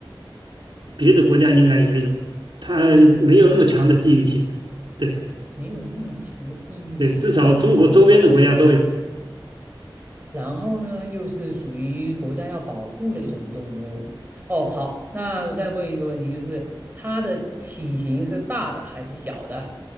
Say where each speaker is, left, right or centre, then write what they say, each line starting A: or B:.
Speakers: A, on the right; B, on the right.
A: 别的国家应该也有，它没有那么强的地域性。对
B: 没有那么强的地域性。
A: 对，至少中国周边的国家都有。
B: 然后呢，又是属于国家要保护的一种动物。哦，好，那我再问一个问题，就是它的体型是大的还是小的？